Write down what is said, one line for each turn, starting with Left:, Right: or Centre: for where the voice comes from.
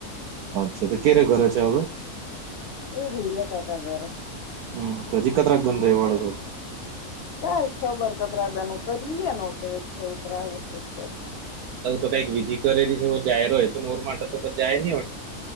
Right: અચ્છા તો ક્યારે ઘરે છે અવે?
Left: <unintelligible> કાકા ઘરે
Right: હમ્મ તો પછી કતરાક દન રેવા વાળા છે
Left: કાઈ ખબર કતરા દન <unintelligible> છોકરા <unintelligible>
Right: તો કઈક વિધિ કરેલી છે જાય રહ હોય તોર માટે તોછ જાય નહી હો